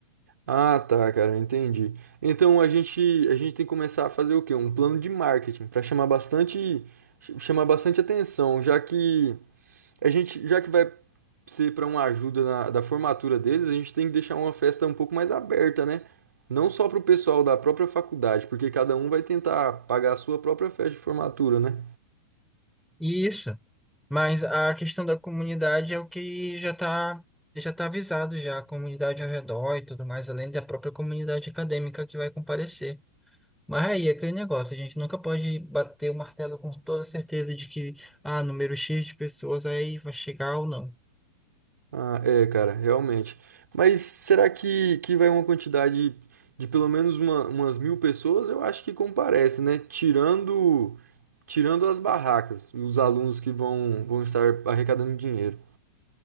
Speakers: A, on the right (about 70°); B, in the centre.
A: Ah, tá, cara, entendi. Então a gente, a gente tem que começar a fazer o quê? Um plano de marketing para chamar bastante, ch- chamar bastante atenção, já que a gente, já que vai ser para uma ajuda na, da formatura deles, a gente tem que deixar uma festa um pouco mais aberta, né? Não só para o pessoal da própria faculdade, porque cada um vai tentar pagar a sua própria festa de formatura, né?
B: Isso. Mas a questão da comunidade é o que já tá já tá avisado já a comunidade ao redor e tudo mais, além da própria comunidade acadêmica que vai comparecer. Mas aí é aquele negócio, a gente nunca pode bater o martelo com toda certeza de que, ah, número X de pessoas aí vai chegar ou não.
A: Ah, é, cara, realmente. Mas será que, que vai uma quantidade de pelo menos uma- umas mil pessoas? Eu acho que comparece, né? Tirando, tirando as barracas e os alunos que vão, vão estar arrecadando dinheiro.